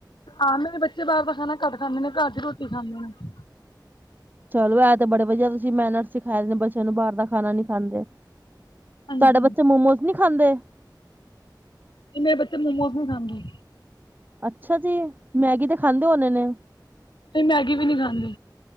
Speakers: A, on the left; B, on the right.
A: ਆ, ਮੇਰੇ ਬੱਚੇ ਬਾਹਰ ਦਾ ਖਾਣਾ ਘੱਟ ਖਾਂਦੇ ਨੇ। ਘਰ ਚ ਰੋਟੀ ਖਾਂਦੇ ਨੇ।
B: ਚਲ ਐ ਤੇ ਬੜੇ ਵਧੀਆ ਤੁਸੀਂ ਮੈਨਰਸ ਸਿਖਾਏ ਨੇ ਬੱਚਿਆਂ ਨੂੰ ਬਾਹਰ ਖਾਣਾ ਨੀ ਖਾਂਦੇ।
A: ਹਾਂਜੀ
B: ਤੁਹਾਡੇ ਬੱਚੇ
A: ਨਹੀਂ
B: ਮੋਮੋਸ ਨੀ ਖਾਂਦੇ?
A: ਕਿੰਨੇ ਬੱਚੇ ਮੋਮੋਸ ਨੀ ਖਾਂਦੇ।
B: ਅੱਛਾ ਜੀ, ਮੈਗੀ ਤਾਂ ਖਾਂਦੇ ਹੋਣੇੇ ਨੇ।
A: ਨਹੀਂ ਮੈਗੀ ਵੀ ਨਹੀਂ ਖਾਂਦੇ